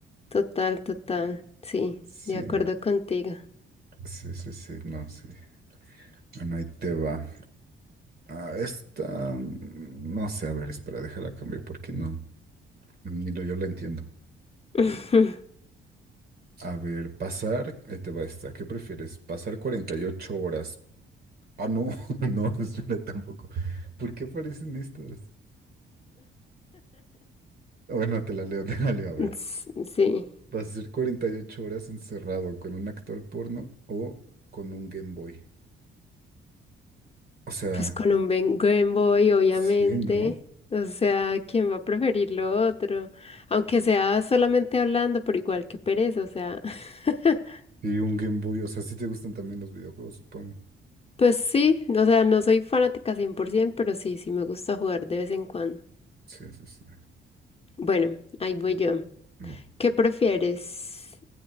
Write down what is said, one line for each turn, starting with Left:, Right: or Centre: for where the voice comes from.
Left: Total, total. Sí,
Right: Sí,
Left: de acuerdo
Right: no,
Left: contigo.
Right: sí, sí, sí, no, sí. Bueno, ahí te va. Ah, esta, mm, no sé, a ver, espera, déjala cambiar porque no, ni lo yo la entiendo.
Left: <laughs>
Right: A ver, pasar, ahí te va esta. ¿Qué prefieres? ¿Pasar 48 horas? Ah, no, <laughs> no, espera, tampoco. ¿Por qué aparecen estas? Bueno, te la leo, te la leo, a ver.
Left: S- Sí,
Right: ¿Vas a ser 48 horas encerrado con un actor porno o con un Game Boy? O sea,
Left: pues con un Ben- Game Boy, obviamente.
Right: sí, ¿no?
Left: O sea, ¿quién va a preferir lo otro? Aunque sea solamente hablando, pero igual que pereza, o sea. <laughs>
Right: Y un Game Boy, o sea, sí te gustan también los videojuegos, supongo.
Left: Pues sí, o sea, no soy fanática 100%, pero sí, sí me gusta jugar de vez en cuando.
Right: Sí, sí, sí.
Left: Bueno, ahí voy yo.
Right: Va.
Left: ¿Qué prefieres?